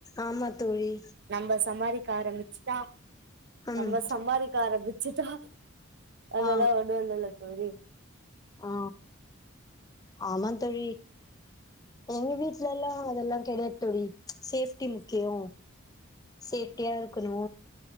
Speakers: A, on the left; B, on the right.
A: ஆமா தோழி
B: நம்ம சம்பாதிக்க ஆரம்பிச்ச்சுட்டா
A: ம்
B: நம்ப சம்பாதிக்க ஆரம்பிச்சுட்டா அதெல்லா
A: ஆ
B: ஒண்ணு இல்லல்ல தோழி
A: ஆ ஆமா தோழி எங்க வீட்ல எல்லா அதெல்லா கிடையாது தோழி சேஃப்டி முக்கியோ சேஃப்ட்டியா இருக்கணு